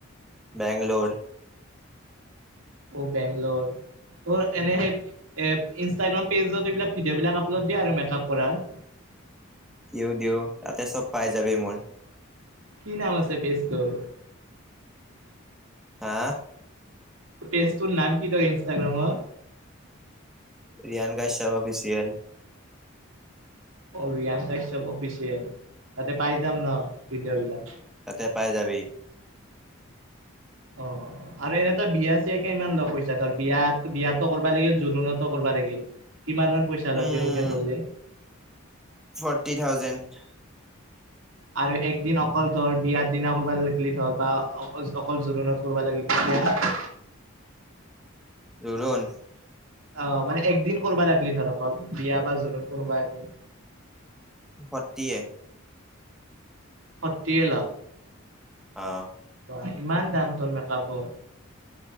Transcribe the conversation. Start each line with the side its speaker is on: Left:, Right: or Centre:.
Centre: বেংলোৰ।
Right: অও বেংলৰ। তোৰ এনে সেই ইনষ্টাগ্ৰাম পেজত এইবিলাক ভিডিঅ'বিলাক আপলোড দিয়ে আৰু মেকআপ কৰাৰ।
Centre: ইও দিও তাতে চব পাই যাবি মোৰ।
Right: কি নাম আছে পেজ তোৰ?
Centre: হাঁ।
Right: পেজ টোৰ নাম কি তৰ ইন্ষ্টাগ্ৰামৰ।
Centre: ৰিয়ান কশ্যপ অফিচিয়েল।
Right: অ ৰিয়ান কাশ্যপ অফিচিয়েল তাতে পাই যাম ন ভিডিঅ' বিলাক।
Centre: তাতে পাই যাবি।
Right: অ অ অ'। আৰু এনে তয় বিয়া চিয়া কিমান ল পইছা ধৰ বিয়াত বিয়াততো কৰিবা লাগিল জোৰোণতো কৰিবা লাগিল। কিমান মান পইচা ল
Centre: উম
Right: দেউউদ্যন কৰলে।
Centre: Forty thousand.
Right: আৰু একদিন অকল ধৰ বিয়াৰ দিনা কৰিবা লাগিলি ধৰ বা অকল অকল জোৰোণত লাগিল তেতিয়া।
Centre: জোৰোন।
Right: অঁ মানে একদিন কৰিবা লাগিলি ধৰ অকল বিয়া বা জোৰণ কোনোবা একদিন।
Centre: ফৰটিয়ে।
Right: ফৰটিয়ে ল।
Centre: অঁহ।
Right: বাহ ইমান দাম তোৰ মেকাপৰ।